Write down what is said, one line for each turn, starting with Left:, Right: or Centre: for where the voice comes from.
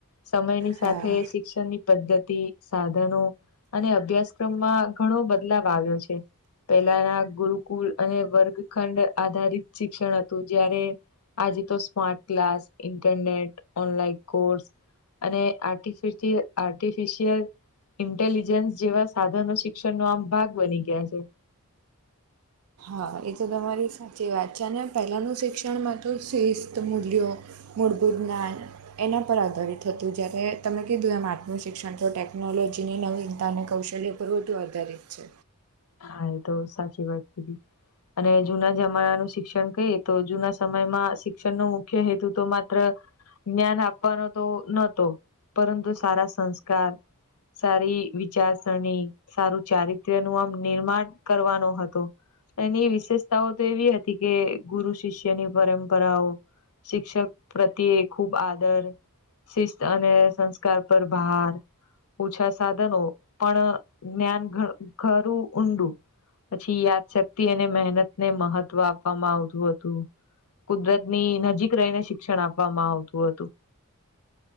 Left: સમયની સાથે
Right: હા
Left: શિક્ષણની પદ્ધતિ, સાધનો અને અભ્યાસક્રમમાં ઘણો બદલાવ આવ્યો છે. પહેલાના ગુરુકુલ અને વર્ગ ખંડ આધારિત શિક્ષણ હતું જ્યારે આજ તો smart, class, internet online course અને આટ આર્ટિફિશિયલ ઇન્ટેલિજન્સ જેવા સાધનો શિક્ષણનો આમ ભાગ બની ગયા છે.
Right: હા એ તો તમારી સાચી વાત છે ને પહેલાંનું શિક્ષણમાં તો શિસ્ત, મૂલ્યો મુળબૂદના એના પર આધારિત હતું, જ્યારે તમે કીધું એમ આત્મ શિક્ષણ તો ટેકનોલોજીની નવીનતા અને કૌશલ્ય ઋતુ આધારિત છે
Left: હા, એ તો સાચી વાત કીધી. અને જુના જમાનાનું શિક્ષણ કહીએ, તો જુના સમયમાં શિક્ષણનો મુખ્ય હેતુ તો માત્ર જ્ઞાન આપવાનો તો નતો, પરંતુ સારા સંસ્કાર સારી વિચારસરણી, સારું ચારિત્ર્યનું આમ નિર્માણ કરવાનો હતો. એની વિશેષતાઓ તો એવી હતી કે ગુરુ શિષ્યની પરંપરાઓ શિક્ષક પ્રત્યે ખૂબ આદર શિસ્ત અને સંસ્કાર પર ભાર ઓછા સાધનો, પણ જ્ઞાન ઘ ઘરું ઊંડું, પછી યાદશક્તિ અને મહેનત ને મહત્વ આપવામાં આવતું હતું. કુદરતની નજીક રહીને શિક્ષણ આપવામાં આવતું હતું.